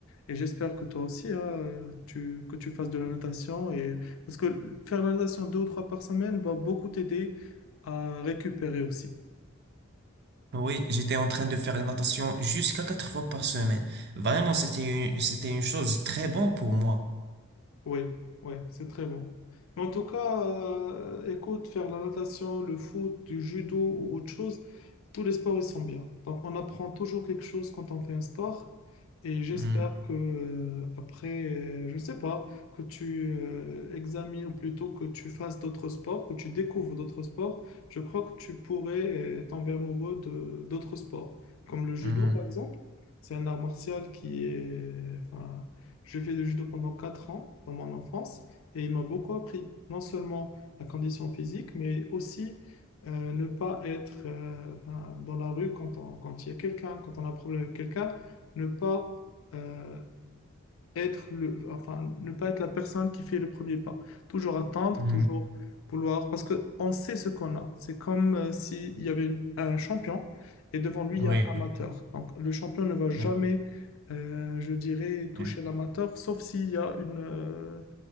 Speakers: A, on the left; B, on the right.
A: Et j'espère que toi aussi, hein, euh, tu, que tu fasses de la natation. Et... Parce que faire la natation deux ou trois par semaine va beaucoup t'aider à récupérer aussi.
B: Oui, j'étais en train de faire la natation jusqu'à quatre fois par semaine. Vraiment, c'était une, c'était une chose très bonne pour moi.
A: Oui, oui, c'est très bon. Mais en tout cas, euh, écoute, faire la natation, le foot, du judo ou autre chose, tous les sports, ils sont bien. Donc, on apprend toujours quelque chose quand on fait un sport. Et j'espère
B: Hmm,
A: que, euh, après, euh, je ne sais pas, que tu euh, examines ou plutôt que tu fasses d'autres sports, que tu découvres d'autres sports. Je crois que tu pourrais euh, tomber amoureux de d'autres sports, comme le judo,
B: hmm,
A: par exemple. C'est un art martial qui est, enfin, j'ai fait du judo pendant 4 ans dans mon enfance et il m'a beaucoup appris, non seulement la condition physique, mais aussi euh, ne pas être euh, ben, dans la rue quand on- quand il y a quelqu'un, quand on a un problème avec quelqu'un, ne pas euh, être le, enfin, ne pas être la personne qui fait le premier pas. Toujours attendre,
B: hmm.
A: toujours vouloir, parce que on sait ce qu'on a. C'est comme euh, s'il y avait une- un champion et devant lui,
B: Oui,
A: il y a un amateur. Donc, le champion ne va jamais,
B: oui,
A: euh, je dirais, toucher
B: oui,
A: l'amateur, sauf s'il y a une, euh,